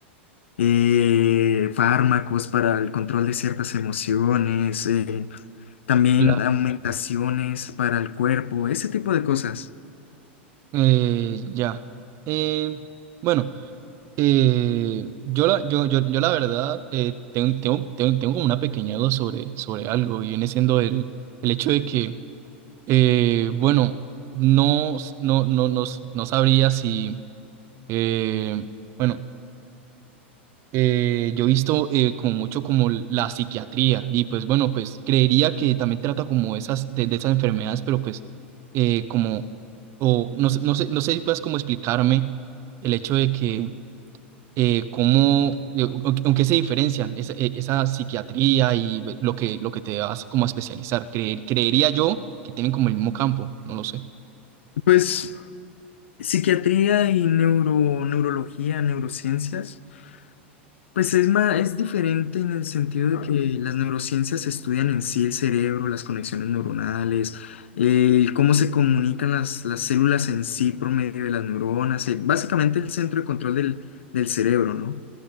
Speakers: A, on the left (about 80°); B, on the right (about 45°).
A: eh, fármacos para el control de ciertas emociones, eh, también
B: La-
A: aumentaciones para el cuerpo, ese tipo de cosas.
B: eh, ya. Eh, bueno, eh, yo, la, yo, yo, yo la verdad eh, tengo, tengo, tengo, tengo como una pequeña duda sobre, sobre algo y viene siendo el, el hecho de que, eh, bueno, no, no, no, no, no sabría si Eh, bueno, eh, yo he visto eh, como mucho como la psiquiatría y pues bueno, pues creería que también trata como esas de, de esas enfermedades, pero pues eh, como, o no, sé- no sé, no sé si puedas como explicarme el hecho de que eh, cómo, eh, o- o- aunque se diferencian esa, e- esa psiquiatría y ve- lo que, lo que te vas como a especializar, Creer- creería yo que tienen como el mismo campo, no lo sé.
A: Pues psiquiatría y neuro, neurología, neurociencias, pues es más, es diferente en el sentido de que las neurociencias estudian en sí el cerebro, las conexiones neuronales, el cómo se comunican las, las células en sí por medio de las neuronas, eh, básicamente el centro de control del, del cerebro, ¿no?